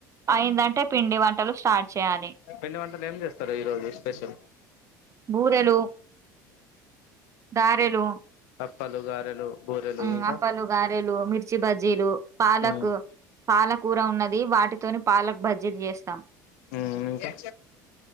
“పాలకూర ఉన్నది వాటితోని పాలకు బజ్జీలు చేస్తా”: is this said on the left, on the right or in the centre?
Right